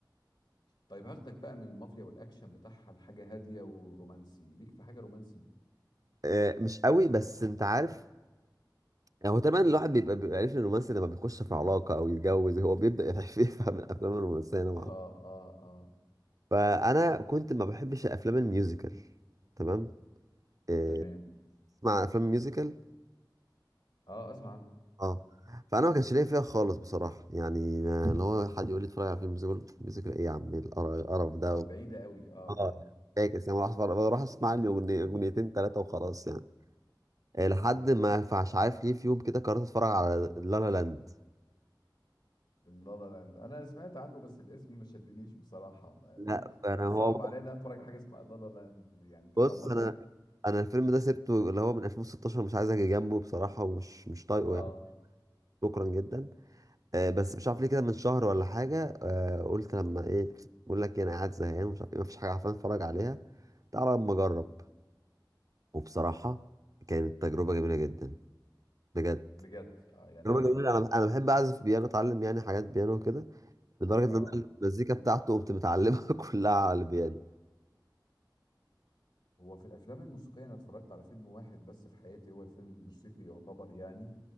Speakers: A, on the left; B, on the right.
A: طيب هاخدك بقى من المافيا والاكشن بتاعها لحاجه هاديه ورومانسي ليك في حاجه رومانسي
B: آه مش قوي بس انت عارف هو طبعا الواحد بيبقى بيبقى عارف إن الرومانسي لما بيخش في علاقه او يتجوز هو بيبدا <laughs> يفهم الافلام الرومانسيه نوعا
A: اه اه اه
B: فانا كنت ما بحبش الافلام الميوزيكال تمام إيه،
A: تمام
B: تسمع افلام ميوزيكال
A: اه اسمع عنها.
B: اه فانا ما كانش ليا فيها خالص بصراحه يعني ما- اللي هو حد يقول لي اتفرج على فيلم ميوزيكال ميوزيكال ايه يا عم إيه القر- القرف ده
A: صعب بعيدة قوي اه
B: اه
A: اه
B: فاكس يعني بروح أتفرج- بروح اسمع لي أغني- اغنيتين ثلاثه وخلاص يعني إيه، لحد ما فمش عارف ليه في يوم كده قررت اتفرج على لا لا لاند
A: لا لا لاند انا سمعت عنه بس الاسم ما شدنيش بصراحة ما-
B: لا انا
A: كان صعب
B: هو
A: عليا ان انا اتفرج على حاجة اسمها لا لا لاند يعني انت
B: بص
A: فاهم قصدي
B: انا انا الفيلم ده سبته اللي هو من 2016 مش عايز اجي جنبه بصراحه ومش مش طايقه
A: اه
B: يعني شكرا جدا آه، بس مش عارف ليه كده من شهر ولا حاجة آه، قلت لما ايه بقول لك إيه، انا قاعد زهقان ومش عارف ايه مفيش حاجة عارفين اتفرج عليها تعالى اما اجرب وبصراحة كانت تجربة جميلة جدا بجد
A: بجد آه يعني
B: تجربة
A: عجبك
B: جميلة انا انا بحب اعزف بيانو اتعلم يعني حاجات بيانو وكده لدرجة ان
A: اه
B: انا المزيكا بتاعته قمت متعلمها <laughs> كلها على البيانو
A: هو في الافلام الموسيقية انا اتفرجت على فيلم واحد بس في حياتي هو الفيلم الموسيقي يعتبر يعني